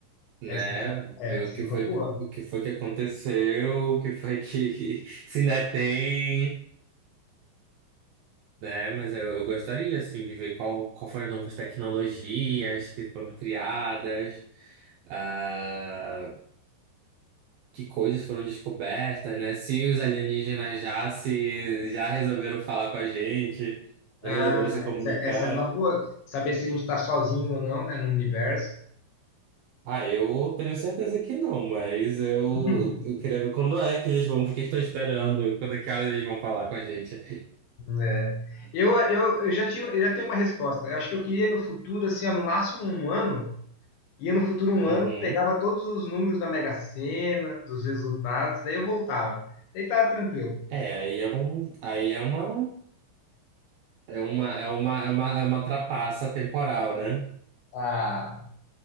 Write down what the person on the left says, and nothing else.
Essa
é uma
boa.
Ah,
essa, essa é uma boa. Saber se a gente está sozinho ou não, né, no universo.
<laughs>
É. Eu, eu, eu já tinha, eu já tenho uma resposta. Eu acho que eu queria no futuro, assim, ó, no máximo um ano. Ia no futuro um
ano, pegava todos os números da Mega Sena, dos resultados, daí eu voltava. Daí tava tranquilo.
Ah,